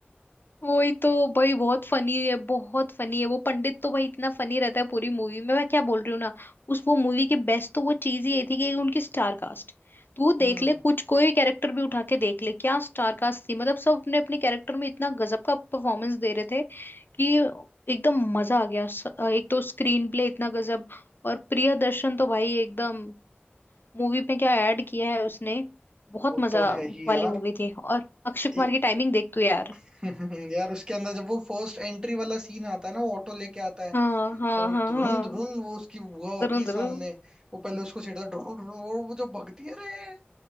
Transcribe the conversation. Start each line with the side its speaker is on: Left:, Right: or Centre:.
Left: वही तो भाई बहुत फनी है बहुत फनी है वो पंडित तो भाई इतना फनी रहता है पूरी मूवी में मैं क्या बोल रही हूँ ना उस वो मूवी की बेस्ट तो वो चीज ही ये थी कि उनकी स्टार कास्ट तू देख
Right: हम्म
Left: ले कुछ कोई कैरेक्टर भी उठा के देख ले क्या स्टार कास्ट थी मतलब सब अपने अपने कैरेक्टर में इतना गजब का परफॉर्मेंस दे रहे थे कि एकदम मजा आ गया स- एक तो स्क्रीन प्ले इतना गजब और प्रियदर्शन तो भाई एकदम मूवी में क्या ऐड किया है उसने बहुत
Right: वो
Left: मजा
Right: तो है ही
Left: वाली
Right: यार
Left: मूवी थी और अक्षय कुमार
Right: ए-
Left: की टाइमिंग देख तू यार
Right: <laughs> यार उसके अंदर जब वो फर्स्ट एंट्री वाला सीन आता है ना वो ऑटो लेके आता है
Left: हाँ हाँ
Right: और वो
Left: हाँ
Right: ध्रुन
Left: हाँ
Right: ध्रुन वो उसकी बुआ होती
Left: जरूर
Right: है सामने
Left: जरूर
Right: वो पहले उसको छेड़ता है, ध्रुन ध्रुन और वो जो भगती है रे